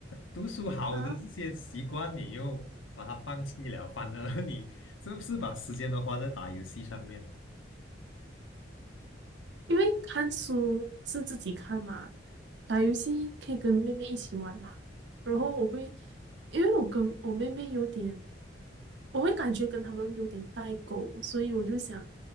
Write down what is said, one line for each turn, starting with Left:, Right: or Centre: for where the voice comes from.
Left: 读书好的这些习惯，
Right: 啊。
Left: 你又把它放弃了，反而你是不是把时间都花在打游戏上面？
Right: 因为看书是自己看嘛，打游戏可以跟妹妹一起玩嘛。然后我会，因为我跟我妹妹有点，我会感觉跟他们有点代沟，所以我就想，